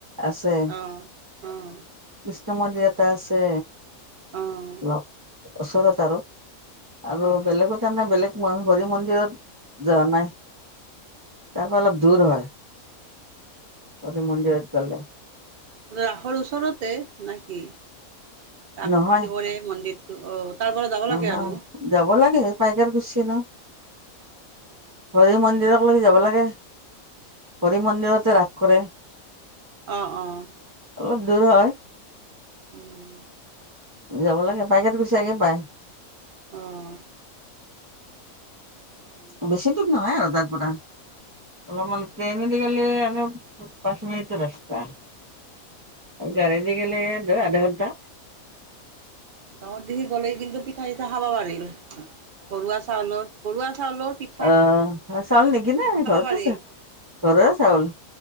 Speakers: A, on the right; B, on the right.
A: আছে।
B: অঁ অঁ
A: কৃষ্ণ মন্দিৰ এটা আছে,
B: অঁ
A: অলপ। ওচৰত আৰু, আৰু
B: অঁ
A: বেলেগত তাম না বেলেগ, হৰি মন্দিৰত যোৱা নাই, তাৰ পৰা অলপ দূৰ হয়। আজি মন্দিৰত গ'লো।
B: ৰাসৰ ওচৰতে, নে কি? ৰাসটোজি
A: নহয়
B: কৰে মন্দিৰটো, অ'। তাৰ পৰা যাব
A: নহয়
B: লাগে আৰু
A: যাব লাগে, পাইকাৰ কোছে না।
B: অঁ
A: হৰি মন্দিৰক লেগি যাবা লাগে। হৰি মন্দিৰতে ৰাস কৰে।
B: অ', অ'।
A: অলপ দূৰ হয়।
B: উম।
A: যাব লাগে। পাইকাৰকুছি আগে পাই।
B: অঁ' হয় নেকি
A: বেছি দূৰ নহয় আৰু তাৰ পৰা। অলপমান ট্ৰেইনেদিয়ে- প্লেলেনত আমাৰ পাঁচ মিনিটৰ ৰাস্তা, গাড়ীদি গেলে- ৰ' আধা ঘণ্টা।
B: গাঁৱত দিগি গ'লেই কিন্তু পিঠা চিঠা খাবা পাৰিল। ঘৰুৱা চাউলৰ, ঘৰুৱা চাউলৰ পিঠ-
A: অঁ' চাউল নিকিনে, ঘৰতে
B: পাৰিল
A: আছে, ঘৰৰে চাউল।